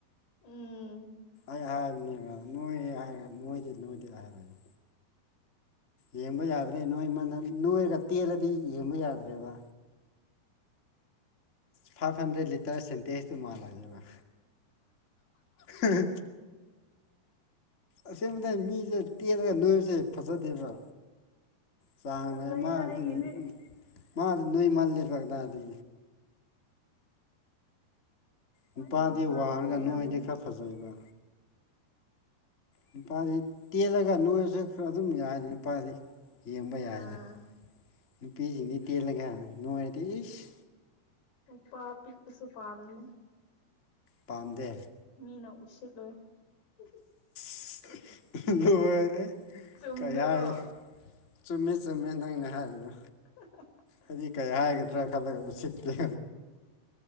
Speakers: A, on the left; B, on the left.
A: ꯎꯝ
B: ꯑꯩ ꯍꯥꯏꯕꯅꯦꯕ ꯅꯣꯏꯔꯦ ꯍꯥꯏꯔꯒ ꯅꯣꯏꯗꯦ ꯅꯣꯏꯗꯦ ꯍꯥꯏꯕꯅꯤ꯫ ꯌꯦꯡꯕ ꯌꯥꯗ꯭ꯔꯦ ꯅꯣꯏꯃꯅ ꯅꯣꯏꯔꯒ ꯇꯦꯜꯂꯗꯤ ꯌꯦꯡꯕ ꯌꯥꯗ꯭ꯔꯦꯕ꯫ ꯐꯥꯏꯚ ꯍꯟꯗ꯭ꯔꯦꯠ ꯂꯤꯇꯔ ꯁꯦꯟꯇꯦꯖꯇꯨ ꯃꯥꯜꯂꯛꯑꯦꯕ꯫ ꯍꯥ ꯍꯥ ꯑꯁꯦꯡꯕꯅꯦ ꯃꯤꯖꯦ ꯇꯦꯜꯂꯒ ꯅꯣꯏꯕꯁꯦ ꯐꯖꯗꯦꯕ ꯆꯥꯡ
A: ꯐꯖꯩꯗ
B: ꯅꯥꯏ ꯃꯥꯥꯡꯗꯤ
A: ꯑꯩꯒꯤꯗꯤ
B: ꯎ ꯎꯝ ꯃꯥꯗꯤ ꯅꯣꯏꯃꯜꯂꯦꯕ ꯗꯥꯥ ꯗꯤ
A: ꯆꯥꯛ
B: ꯅꯨꯄꯥꯗꯤ
A: ꯌꯥꯝ ꯆꯥꯕꯒꯤ
B: ꯋꯥꯡꯔꯒ
A: ꯑꯣꯏꯔꯝꯒꯅꯤ
B: ꯅꯣꯏꯗꯤ ꯈꯔ ꯐꯖꯩꯕ꯫ ꯅꯨꯄꯥꯗꯤ ꯇꯦꯜꯂꯒ ꯅꯣꯏꯔꯁꯨ ꯈꯔ ꯑꯗꯨꯝ ꯌꯥꯔꯤ ꯅꯨꯄꯥꯗꯤ ꯌꯦꯡꯕ ꯌꯥꯏꯗ꯫
A: ꯑꯥ
B: ꯅꯨꯄꯤ ꯖꯤꯅꯤ ꯇꯦꯂꯒ ꯅꯣꯏꯔꯗꯤ ꯏꯁ
A: ꯅꯨꯄꯥ ꯄꯤꯛꯄꯁꯨ ꯄꯥꯝꯅꯤ꯫
B: ꯄꯥꯝꯗꯦ
A: ꯃꯤꯅ ꯎꯁꯤꯠꯂꯣꯏ ꯍꯤ ꯍꯤ
B: ꯁ ꯎꯝꯍꯨꯝ ꯂꯣꯏꯔꯦꯍꯦ
A: ꯆꯨꯝꯗ꯭ꯔꯣ
B: ꯀꯩ ꯍꯥꯏ ꯆꯨꯝꯃꯦ ꯆꯨꯝꯃꯦ ꯅꯪꯅ ꯍꯥꯏꯔꯤꯗꯣ
A: ꯍꯥ ꯍꯥ ꯍꯥ ꯍꯥ
B: ꯑꯩꯗꯤ ꯀꯩ ꯍꯥꯏꯒꯗ꯭ꯔꯥ ꯈꯜꯂꯒ ꯎꯁꯤꯠꯇꯦ